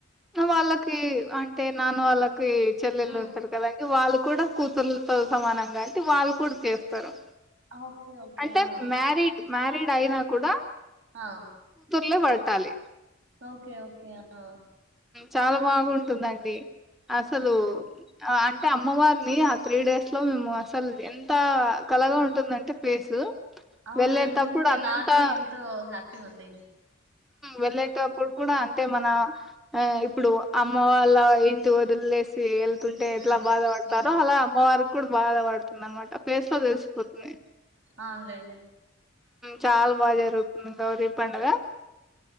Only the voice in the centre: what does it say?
వాళ్ళకి అంటే నాన్న వాళ్ళకి చెల్లెలు
ఉంటారు కదండీ వాళ్ళు కూడ కూతురుతో సమానం కాబట్టి వాళ్ళు కూడా చేస్తారు
అంటే
మ్యారీడ్ మ్యారీడ్ అయినా కూడా
ఇలపట్టాలి
చాలా బాగుంటుందండి అసలు
అ అంట అంటే అమ్మవారిని ఆ త్రీ డేస్ లో మేము అసలు ఎంత కలగా ఉంటుందంటే ప్లేసు
వెళ్ళేటప్పుడు
అంతా
వెళ్ళేటప్పుడు కూడా అంతే మన ఆ ఇప్పుడు అమ్మ వాళ్ళ ఏంటి వదిలేలేసి వె తుండే
ఎట్లా బాధపడతారో
అలా అమ్మవారికి కూడా బాధ పడుతుంది అనమాట ఫేస్ లో తెలిసిపోతుంది
చాలా బాగా జరుగుతుంది గౌరి పండుగ